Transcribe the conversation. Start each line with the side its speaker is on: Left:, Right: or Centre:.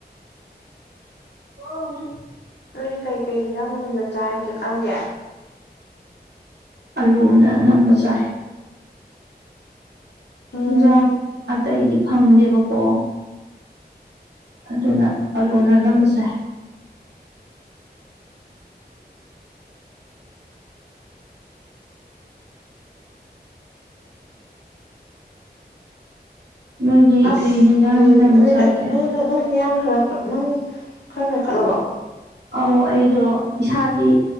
Right: <unintelligible>
Left: ꯅꯣꯏꯗꯤ ꯀꯩꯀꯩ ꯍꯤꯟꯖꯥꯡꯅ ꯅꯝꯅ ꯆꯥꯏ ꯍꯧꯖꯤꯛꯀꯥꯟꯗꯤ
Right: ꯑꯂꯨꯅ ꯑꯅꯝꯕ ꯆꯥꯏ
Left: ꯎꯝ
Right: ꯍꯤꯟꯖꯥꯡ ꯑꯇꯩꯗꯤ ꯐꯪꯗꯦꯕꯀꯣ ꯑꯗꯨꯅ ꯑꯥꯂꯨꯅ ꯑꯅꯝꯕ ꯆꯥꯏ ꯅꯣꯏꯗꯤ
Left: ꯑꯁ
Right: ꯀꯩ ꯍꯦꯟꯖꯥꯡ
Left: ꯑꯗꯨ <unintelligible>
Right: ꯍꯦꯟꯅꯅ ꯆꯥꯒꯦ
Left: ꯈꯔ ꯅꯪ ꯈꯔ ꯅꯣꯏꯈꯠꯂꯕ
Right: ꯑꯧ ꯑꯩꯗꯣ ꯏꯁꯥꯗꯤ